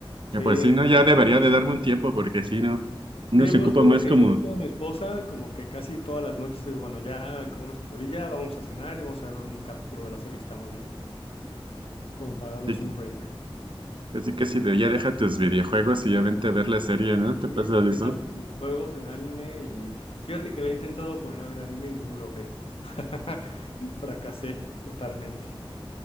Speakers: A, on the left (about 75°); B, on the right (about 60°).
A: Sí,
B: Y pues sí, no, ya debería de darme un tiempo porque si no, uno
A: sí,
B: se
A: pues
B: ocupa
A: te digo
B: más
A: que
B: como
A: yo con mi esposa, como que casi todas las noches es, bueno, ya como nuestro día, vamos a cenar y vamos a ver un capítulo de la serie que estamos viendo, como para darnos
B: sí,
A: un break.
B: Así que si de ya deja tus videojuegos y ya vente a ver la serie, ¿no? ¿Te
A: Sí,
B: pasa
A: empezar
B: de eso?
A: tus videojuegos, el anime y fíjate que le he intentado poner a ver anime y no lo logré. <laughs> Fracasé totalmente.